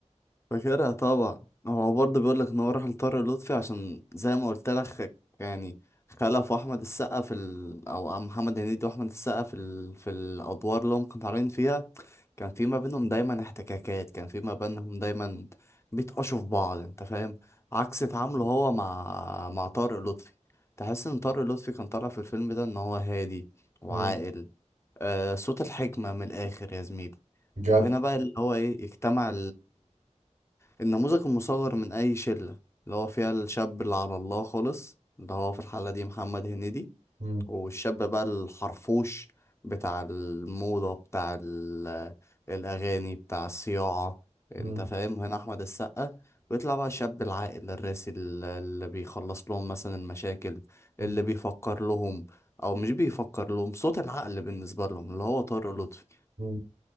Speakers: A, on the left; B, on the right.
A: فاكرها طبعا هو برضه بيقول لك ان هو راح لطارق لطفي عشان زي ما قلت لك خ- يعني خلف احمد السقا في ال... او محمد هنيدي واحمد السقا في ال... في الادوار اللي هم كانوا طالعين فيها كان في ما بينهم دايما احتكاكات كان في ما بينهم دايما بيتقشوا في بعض انت فاهم عكس تعامله هو مع مع طارق لطفي تحس ان طارق لطفي كان طالع في الفيلم ده ان هو هادي وعاقل
B: مم.
A: آه صوت الحكمة من الاخر يا زميلي
B: جدع
A: وهنا بقى اللي هو ايه اجتمع النموذج المصغر من أي شلة اللي هو فيها الشاب اللي على الله خالص اللي هو في الحالة دي محمد هنيدي
B: مم.
A: والشاب بقى الحرفوش بتاع الموضة بتاع ال- الأغاني بتاع الصياعة أنت
B: مم.
A: فاهم هنا أحمد السقا بيطلع بقى الشاب العاقل الراسي ال- اللي بيخلص لهم مثلا المشاكل
B: مم.
A: اللي بيفكر لهم أو مش بيفكر لهم صوت العقل بالنسبة لهم اللي هو طارق لطفي
B: مم.